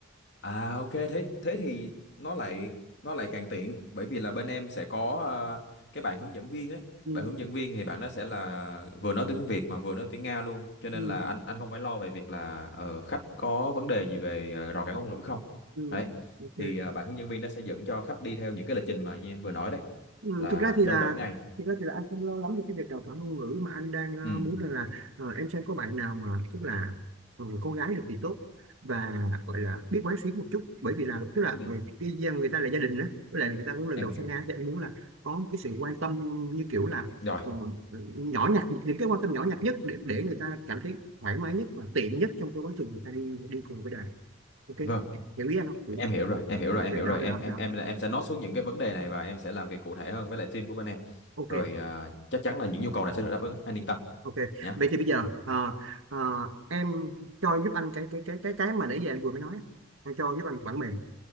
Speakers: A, on the left; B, on the right.
A: À ok thế thế thì nó lại nó lại càng tiện bởi vì là bên em sẽ có ờ, cái bạn hướng dẫn viên ấy.
B: ừ,
A: Bạn hướng dẫn viên thì bạn đó sẽ là vừa nói tiếng Việt mà vừa nói tiếng Nga luôn. Cho nên
B: ừ,
A: là anh anh không phải lo về việc là ờ, khách có vấn đề gì về ờ, rào cản ngôn ngữ không.
B: ừ.
A: Đấy.
B: ok
A: Thì ờ, bạn hướng dẫn viên nó sẽ dẫn cho khách đi theo những cái lịch trình mà như em vừa nói đấy
B: Ừ,
A: là
B: thực ra thì
A: trong
B: là
A: bảy ngày.
B: thực ra thì là anh không lo lắm về cái việc đào tạo ngôn ngữ mà anh đang ờ,
A: Ừ.
B: muốn rằng là ờ, em xem có bạn nào mà tức là ừ, con gái được thì tốt và gọi là biết quán xuyến một chút bởi vì là tức là
A: Ừ.
B: ừ, cái gia- người ta là gia đình đó với lại người ta cũng lần
A: Em
B: đầu
A: hiểu.
B: sang Nga thì anh muốn là có một cái sự quan tâm như kiểu là
A: Rồi.
B: ờ, nhỏ nhặt những cái quan tâm nhỏ nhặt nhất để để người ta cảm thấy thoải mái nhất và tiện nhất trong cái quá trình người ta đi đi cùng với đời ok
A: vâng
B: hiểu ý anh không hiểu
A: em hiểu rồi em hiểu rồi
B: ok
A: em hiểu
B: đó
A: rồi em
B: đó
A: em
B: đó
A: em em sẽ note xuống những cái vấn đề này và em sẽ làm việc cụ thể hơn với lại team của bên em
B: ok
A: rồi à, chắc chắn là những nhu cầu này sẽ được đáp ứng anh yên tâm
B: Ok,
A: nhá
B: vậy thì bây giờ ờ, ờ, em cho giúp anh cái cái cái cái cái mà nãy giờ em vừa mới nói, á. em cho giúp anh bản mềm